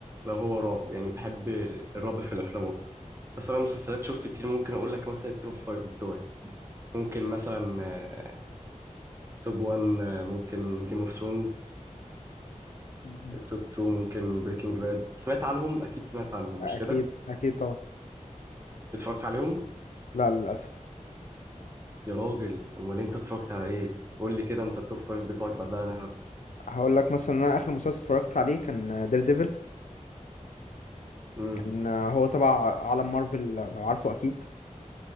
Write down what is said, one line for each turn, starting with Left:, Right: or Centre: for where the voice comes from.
Right: لو هو رعب يعني بحب الرعب في الافلام اكتر بس انا مسلسلات شفت كتير ممكن اقول لك مثلا التوب فايف بتوعي ممكن مثلا آه، توب 1 آه، ممكن جيم اوف ثرونز
Left: مم.
Right: توب 2 ممكن بريكنج باد سمعت عنهم اكيد سمعت عنهم
Left: اكيد
Right: مش كده
Left: اكيد طبعا
Right: اتفرجت عليهم
Left: لا للاسف
Right: يا راجل امال انت اتفرجت على ايه قول لي كده انت التوب فايف بتوعك بعدها انا
Left: هقول لك مثلا انا اخر مسلسل اتفرجت عليه كان دير ديفل
Right: امم
Left: كان آه، هو تبع عالم مارفل لو عارفه اكيد